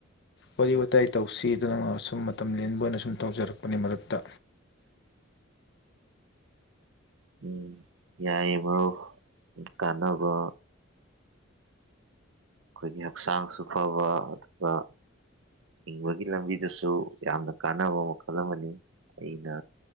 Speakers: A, on the left; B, on the right.
A: ꯋꯥꯔꯤ ꯋꯥꯇꯥꯏ ꯇꯧꯁꯤꯗꯅ ꯁꯨꯝ ꯃꯇꯝ ꯂꯦꯟꯕ ꯑꯣꯏꯅ ꯁꯨꯝ ꯇꯧꯖꯔꯛꯄꯅꯦ ꯃꯔꯨꯞꯇ
B: ꯎꯝ ꯌꯥꯏꯌꯦ ꯃꯔꯨꯞ ꯀꯥꯟꯅꯕ ꯑꯩꯈꯣꯏꯒꯤ ꯍꯛꯆꯥꯡꯁꯨ ꯐꯕ ꯑꯗꯨꯒ ꯍꯤꯡꯕꯒꯤ ꯂꯝꯕꯤꯗꯁꯨ ꯌꯥꯝꯅ ꯀꯥꯟꯅꯕ ꯃꯈꯜ ꯑꯃꯅꯤ ꯑꯩꯅ